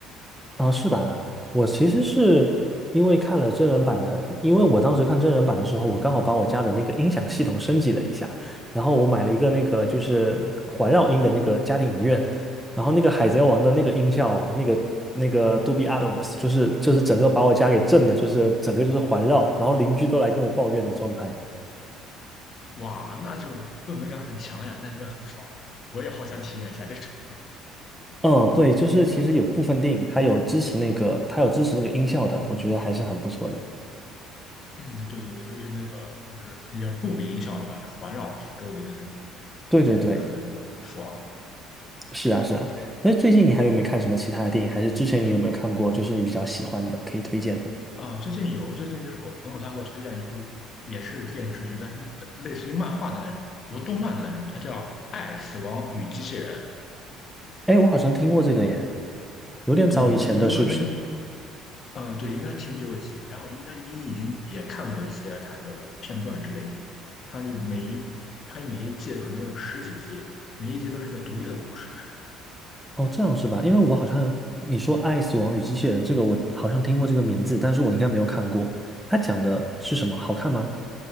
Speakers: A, in the centre; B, on the left.
A: 啊，是吧？我其实是因为看了真人版的，因为我当时看真人版的时候，我刚好把我家的那个音响系统升级了一下，然后我买了一个那个就是环绕音的那个家庭影院，然后那个海贼王的那个音效，那个那个杜比 Atmos，就是就是整个把我家给震的，就是整个就是环绕，然后邻居都来跟我抱怨的状态。
B: 魂。哇，那就氛围感很强呀，那应该很爽。我也好想体验一下这是
A: 嗯，对，就是其实有部分电影它有支持那个，它有支持那个音效的，我觉得还是很不错的。
B: 嗯，对对对，尤其那个就是那叫杜比音效对吧？就环绕周围的那种，
A: 对对对，
B: 会很爽。
A: 是啊，是啊。那最近你还有没有看什么其他的电影？还是之前你有没有看过，就是你比较喜欢的，可以推荐的？
B: 啊，最近有，最近就是我朋友他给我推荐一部，也是电视剧，但是类似于漫画的那种，和动漫的那种，它叫《爱、死亡与机器人》。
A: 哎，我好像听过这个耶，有点早以前的，
B: 对，有可能
A: 是不是？
B: 呃，对，应该挺久以前的。然后应该你已经也看过一些它的片段之类的。它就每一它每一季可能有十几集，每一集都是一个独立的故事。是吧
A: 哦，这样是吧？因为我好像你说《爱死亡与机器人》这个，我好像听过这个名字，但是我应该没有看过。它讲的是什么？好看吗？